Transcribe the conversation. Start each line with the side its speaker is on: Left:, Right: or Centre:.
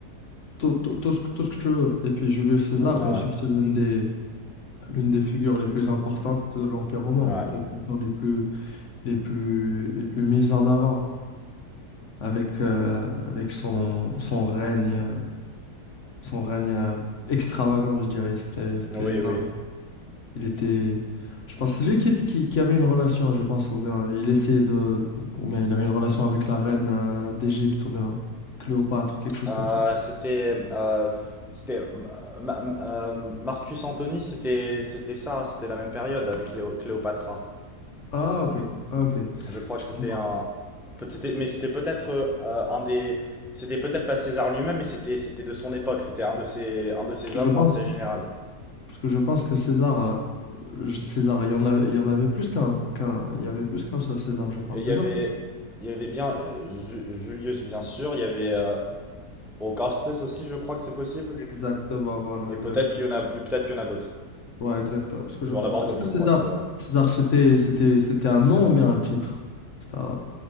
Left: tout, tout, tout ce, que- tout ce que tu veux. Et puis Julius César,
Centre: Hmm, Ouais,
Left: bien sûr, c'est l'une des, l'une des figures les plus importantes de l'Empire romain,
Centre: ouais.
Left: ou plutôt les plus, les plus, les plus mises en avant avec, euh, avec son, son règne, euh, son règne euh, extravagant, je dirais. C'était, c'était
Centre: Oui,
Left: l'un-
Centre: oui.
Left: il était, je pense, c'est lui qui, était- qui, qui avait une relation, je pense, ou bien il essayait de, ou bien il avait une relation avec la reine euh, d'Égypte, ou bien Cléopâtre, quelque chose
Centre: Euh,
Left: comme ça.
Centre: c'était. euh, c'était. euh, Ma- Ma- euh, Marcus Antony, c'était c'était ça, hein, c'était la même période avec Cléo- Cléopatra.
Left: Ah, ok, ah, ok.
Centre: Je crois
Left: Excuse-moi.
Centre: que c'était un. peut- c'était- Mais c'était peut-être euh, euh, un des. C'était peut-être pas César lui-même, mais c'était c'était de son époque. C'était un de ses, un de ses
Left: Je
Centre: hommes
Left: vois. Je pense,
Centre: ou un de ses générales.
Left: parce que je pense que César, euh, je- César, il y en avait, il y en avait plus qu'un, qu'un, il y avait plus qu'un seul César, je pense,
Centre: Il
Left: c'est
Centre: y avait,
Left: ça?
Centre: il y avait bien euh, Ju- Julius, bien sûr. Il y avait euh, Augustus aussi, je crois que c'est possible.
Left: Exactement, voilà,
Centre: Et
Left: exact.
Centre: peut-être qu'il y en a, peut-être qu'il y en a d'autres.
Left: Ouais, exact. euh, Parce que je
Centre: Il doit
Left: pense.
Centre: en avoir
Left: Est-ce
Centre: d'autres,
Left: que
Centre: je
Left: César,
Centre: crois, c'est vrai.
Left: César, c'était, c'était, c'était un nom ou bien un titre? C'était un-